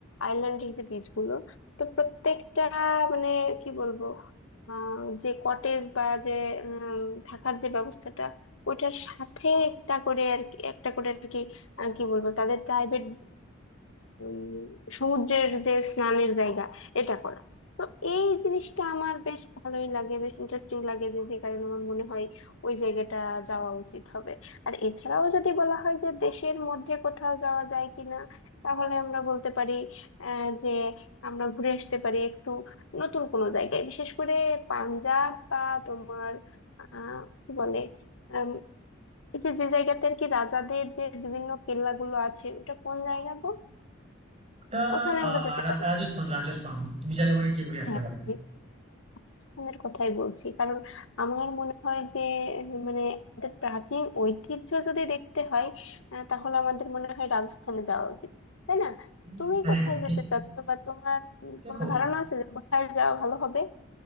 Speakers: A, on the left; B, on the right.
A: আইল্যান্ডের যে বিচ গুলো তো প্রত্যেকটা মানে কি বলবো আহ যে কটেজ বা যে উম, থাকার যে ব্যবস্থাটা ওইটার সাথে একটা করে আর কি একটা করে আর কি আহ, কি বলবো তাদের প্রাইভেট ওই সমুদ্রের যে স্নানের জায়গা এটা করা তো এই জিনিসটা আমার বেশ ভালোই লাগে বেশ ইন্টারেস্টিং লাগে যে যে কারণে আমার মনে হয় ওই জায়গাটা যাওয়া উচিত হবে আর এছাড়াও যদি বলা হয় যে দেশের মধ্যে কোথাও যাওয়া যায় কিনা তাহলে আমরা বলতে পারি আহ, যে আমরা ঘুরে আসতে পারি একটু নতুন কোনো জায়গায় বিশেষ করে পাঞ্জাব বা তোমার আহ কি বলে আম, এই যে যে জায়গাতে আর কি রাজাদের যে বিভিন্ন কেল্লাগুলো আছে ওটা কোন জায়গা গো
B: ওটা
A: ওখানে আমরা
B: আহ,
A: যেতে
B: রা-
A: পারি
B: রাজস্থান রাজস্থান তুমি চাইলে ওখানে গিয়ে ঘুরে আসতে
A: হ্যাঁ
B: পারো
A: রিক্সানের কথাই বলছি কারণ আমার মনে হয় যে মানে আমাদের প্রাচীন ঐতিহ্য যদি দেখতে হয় আহ, তাহলে আমাদের মনে হয় রাজস্থানে যাওয়া উচিত তাই না
B: কিন্তু
A: তুমি কোথায়
B: হ্যাঁ কি-
A: যেতে চাচ্ছো বা তোমার উম
B: দেখো
A: কোনো ধারণা আছে যে কোথায় যাওয়া ভালো হবে